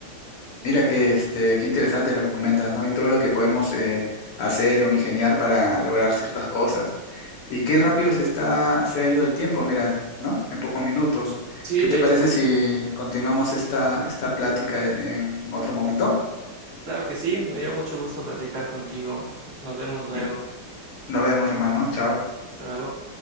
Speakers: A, on the left; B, on the right.
A: Mira que este, qué interesante lo que comentas, ¿no? Y todo lo que podemos eh, hacer o ingeniar para lograr ciertas cosas. Y qué rápido se está, se ha ido el tiempo, mira, ¿no? En pocos minutos.
B: Sí,
A: ¿Qué
B: de
A: te parece
B: hecho.
A: si continuamos esta, esta plática en otro momento?
B: Claro que sí, me dio mucho gusto platicar contigo. Nos vemos luego.
A: Y nos vemos, hermano. Chao.
B: Hasta luego.